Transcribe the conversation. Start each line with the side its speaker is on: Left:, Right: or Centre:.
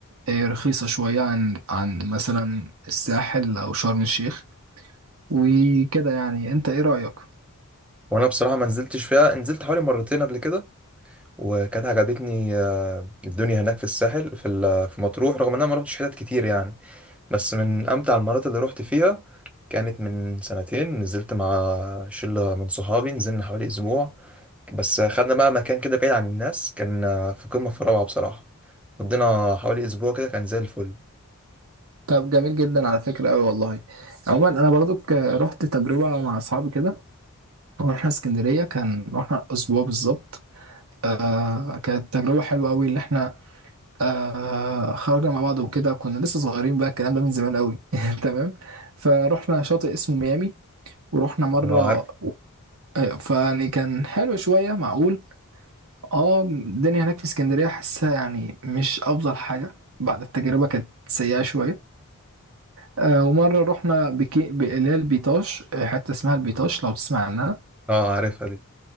Right: آه، رخيصه شويه عن عن مثلا الساحل او شرم الشيخ وكده يعني انت ايه رايك
Centre: وانا بصراحه ما نزلتش فيها نزلت حوالي مرتين قبل كده وكانت عجبتني آه، الدنيا هناك في الساحل في ال- في مطروح رغم ان انا ما رحتش حتت كتير يعني بس من امتع المرات اللي رحت فيها كانت من سنتين نزلت مع شله من صحابي نزلنا حوالي اسبوع بس خدنا بقى مكان كده بعيد عن الناس كان آه، في قمه في الروعه بصراحه قضينا حوالي اسبوع كده كان زي الفل
Right: طب جميل جدا على فكرة أوي والله عموما أنا برضو ك- رحت تجربة مع أصحابي كده رحنا اسكندرية كان رحنا أسبوع بالظبط آه كانت تجربة حلوة أوي اللي إحنا آه خرجنا مع بعض وكده كنا لسه صغيرين بقى الكلام ده من زمان قوي <laughs> تمام فروحنا شاطئ اسمه ميامي ورحنا مرة
Centre: اه عارف
Right: آه، فيعني كان حلو شوية معقول اه الدنيا هناك في اسكندرية حاسها يعني مش أفضل حاجة بعد التجربة كانت سيئة شوية آه ومرة رحنا بكي... ب- اللي هي البيطاش آه، حتة اسمها البيطاش لو تسمع عنها
Centre: اه عارفها دي